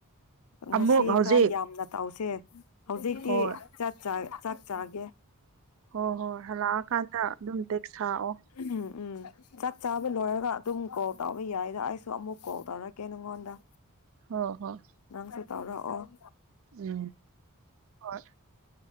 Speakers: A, on the left; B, on the right.
A: ꯉꯁꯤ
B: ꯑꯃꯨꯛ ꯍꯧꯖꯤꯛ
A: ꯈꯔ ꯌꯥꯝꯅ ꯇꯧ ꯆꯦ ꯍꯧꯖꯤꯛꯇꯤ
B: ꯍꯣꯏ
A: ꯆꯥꯛ ꯆꯥ ꯆꯥꯛ ꯆꯥꯒꯦ
B: ꯍꯣꯏ ꯍꯣꯏ ꯍꯜꯂꯛꯑꯀꯥꯟꯗ ꯑꯗꯨꯝ ꯇꯦꯛꯁ ꯊꯥꯔꯛꯑꯣ
A: ꯎꯝ ꯎꯝ ꯆꯥꯛ ꯆꯥꯕ ꯂꯣꯏꯔꯒ ꯑꯗꯨꯝ ꯀꯣꯜ ꯇꯧꯕ ꯌꯥꯏꯗ ꯑꯩꯁꯨ ꯑꯃꯨꯛ ꯀꯣꯜ ꯇꯧꯔꯛꯀꯦ ꯅꯪꯉꯣꯟꯗ
B: ꯍꯣꯏ ꯍꯣꯏ
A: ꯅꯪꯁꯨ ꯇꯧꯔꯛꯑꯣ <inaudible>
B: ꯎꯝ ꯍꯣꯏ